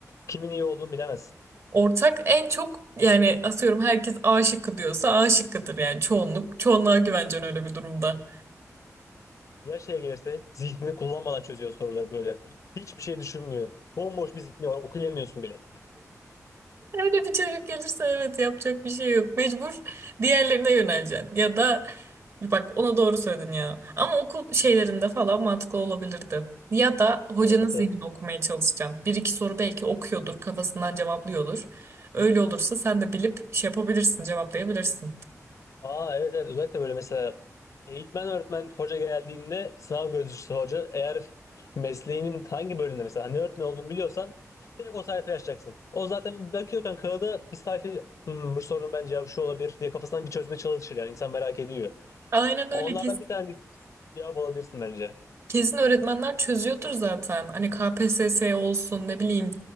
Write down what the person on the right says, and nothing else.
Ortak en çok yani atıyorum herkes A şıkkı diyorsa A şıkkıdır yani çoğunluk. Çoğunluğa güvencen öyle bir durumda.
Öyle bir çocuk gelirse evet yapacak bir şey yok. Mecbur diğerlerine yöneleceksin. Ya da Bak ona doğru söyledin ya. Ama okul şeylerinde falan mantıklı olabilirdi. Ya da hocanın
zihnini
okumaya çalışacaksın. Bir iki soru belki okuyordur, kafasından cevaplıyordur. Öyle olursa sen de bilip şey yapabilirsin, cevaplayabilirsin.
Aynen
öyle
Kesin öğretmenler çözüyordur zaten. Hani KPSS olsun ne bileyim